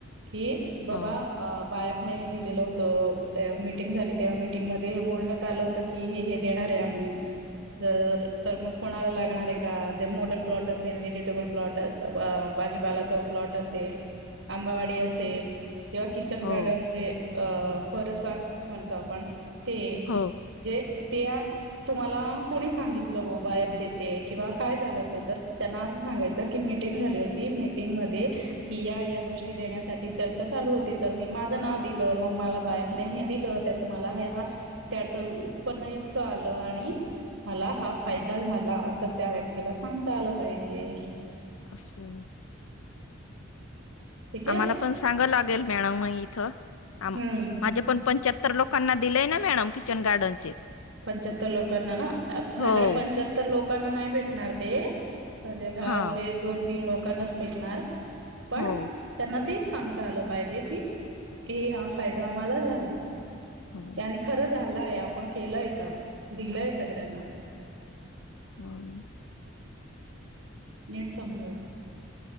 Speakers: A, on the right; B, on the left.
A: की, बाबा
B: हो
A: अ बायतंने हे दिलेलं होत. अ मिीटिंग झाली तेव्हा मीटिंगमध्येध्ये हे बोलण्यात आलं होत की की हे हे देणार आहे आम्ही जर, तर मग कोणाला लागणार आहे का, जे मोडल प्लॉट असेल व्हेजिटेबल प्लॉटअसेल अ.. बाजीपालाचा प्लॉट असेल, आंबावाडी असेल, किंवा किचन
B: हो
A: गार्डन जे अ परसबाग म्हणतो आपण ते
B: हो
A: जे त्या तुम्हाला कोणी सांगितलं हो, बायप देते किंवा काय झालं होतं तर, त्यांना असं सांगायचं ज की मीटिंग झाली होती, मीटिंगमध्येध्ये कि या या, गोष्टी देण्यासाठी चर्चा चालू होती तर, मी माझं नाव दिलं मग मला बाया <unintelligible> मला हा, फायदा झाला अस, त्या व्यक्तीला सांगता आलं पाहिजे.
B: अस आणि
A: ठीक आहे
B: आम्हाला पण सांगाल लागेल, मॅडम इथ आम
A: हम्म
B: माझे पण पंच्याहत्त तर लोकांना दिलंय ना, मॅडम किचन गार्डनचे
A: पंच्याहत्तर लोकांना ना, आत सगळ्या
B: हो
A: पंच्याहत्तर लोकांना नाही भेटणार ते म्हणजे गावातले
B: हा
A: एक- दोन -तीन लोकांनाच भेटणार पण
B: हो
A: त्यांना तेच सांगता आलं पाहिजे की की हा, फायदा आम्हाला झाला.
B: हो
A: त्यानी खरं झालय आपण केलंय, काम दिलंय सगळ्यांना
B: हम,
A: नीट समजाव,